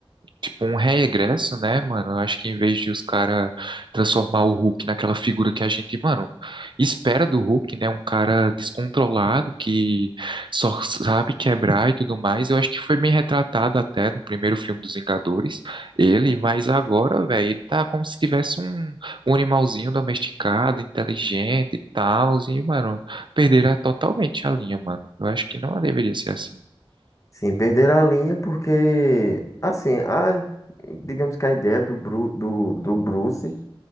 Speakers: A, on the right; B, on the left.
A: tipo um regresso, né, mano? Eu acho que em vez de os caras transformar o Hulk naquela figura que a gente, mano, espera do Hulk, né? Um cara descontrolado que só sabe quebrar e tudo mais. Eu acho que foi bem retratado até no primeiro filme dos Vingadores, ele, mas agora, velho, ele tá como se tivesse um, um animalzinho domesticado, inteligente e tal, e, mano, perderá totalmente a linha, mano. Eu acho que não deveria ser assim.
B: Sim, perderam a linha porque, assim, a, digamos que a ideia do, Bru, do, do Bruce